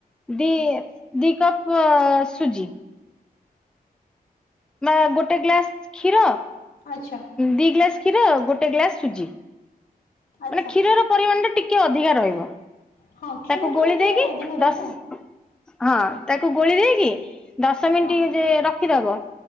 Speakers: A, in the centre; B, on the left.
A: ଦି ଦି କପ୍ ସୁଜି। ବା ଗୋଟେ ଗ୍ଲାସ୍ କ୍ଷୀର
B: ଆଚ୍ଛା
A: ଦି ଗ୍ଲାସ୍ କ୍ଷୀର ଗୋଟେ ଗ୍ଲାସ୍ ସୁଜି।
B: ଆଚ୍ଛା।
A: ମାନେ କ୍ଷୀରର ପରିମାଣ ଟା ଟିକେ ଅଧିକା ରହିବ।
B: ହଁ କ୍ଷୀରଟା
A: ତାକୁ ଗୋଳେଇ
B: ଟିକେ
A: ଦେଇକି
B: ଅଧିକ ରହିବ
A: ଦଶ୍ ହଁ, ତାକୁ ଗୋଳେଇ ଦେଇକି ଦଶ ମିନିଟ୍
B: ହଁ
A: ଯେ ରଖିଦବ।